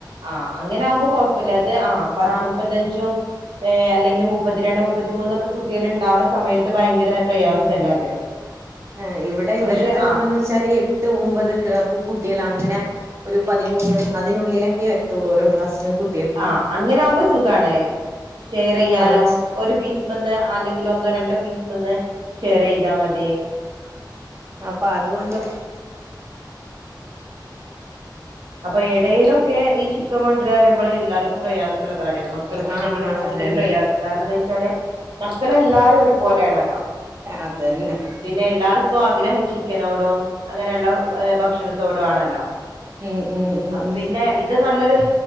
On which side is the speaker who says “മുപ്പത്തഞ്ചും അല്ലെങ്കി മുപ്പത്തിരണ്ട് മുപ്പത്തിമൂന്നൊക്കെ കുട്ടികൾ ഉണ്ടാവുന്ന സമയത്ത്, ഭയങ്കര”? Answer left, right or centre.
Right